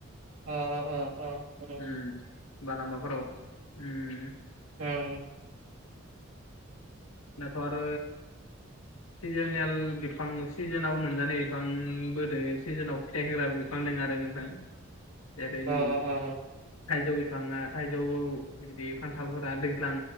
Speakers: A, on the right; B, on the left.
A: अ अ अ अ
B: ओम लामाफोराव ओम।
A: ओम
B: दाथ' आरो सिजोनेल बिफां सिजोनाव मोनजानाय बिफांबो दोङो सिजोनाव फिथाइ होग्राबो बिफां दङो आरो नोंथां। <inaudible> जरै-
A: अ अ
B: थाइजौ बिफाङा थाइजौआव बिदि खान्थालफोरा दैज्लां।